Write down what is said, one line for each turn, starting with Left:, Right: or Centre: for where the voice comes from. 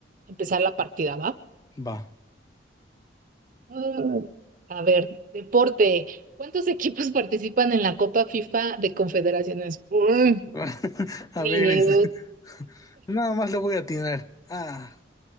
Right: empezar la partida, ¿va?
Left: va.
Right: Ah. A ver, deporte. ¿Cuántos <laughs> equipos participan en la Copa FIFA de Confederaciones? Mm,
Left: <laughs> A
Right: ni,
Left: ver, este, <laughs> nada más le voy a atinar. Ah,